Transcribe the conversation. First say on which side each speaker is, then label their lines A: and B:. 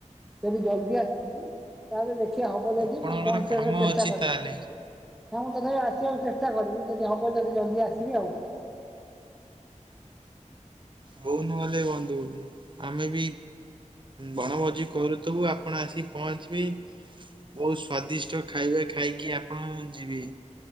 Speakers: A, in the centre; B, on the right (about 40°).
A: ଯଦି ଜଲ୍ଦି ଆସିବି ତାହେଲେ ଦେଖିବା ହବ ଯଦି
B: ଆପଣଙ୍କର
A: ମୁଁ ପହଞ୍ଚିବାକୁ
B: କାମ
A: ଚେଷ୍ଟା
B: ଅଛି
A: କରିିବି।
B: ତାହେଲେ
A: ହଁ ମୁଁ ତଥାପି ଆସିବାକୁ ଚେଷ୍ଟା କରିବି ଯଦି ହବ ଯଦି ଜଲ୍ଦି ଆସିବି ଆଉ।
B: ହଉ ନହେଲେ ବନ୍ଧୁ ଆମେ ବି ବଣଭୋଜି କରୁଥିବୁ ଆପଣ ଆସିକି ପହଞ୍ଚିବେ ବହୁତ୍ ସ୍ଵାଦିଷ୍ଟ ଖାଇବା ଖାଇକି ଆପଣ ଯିବେ।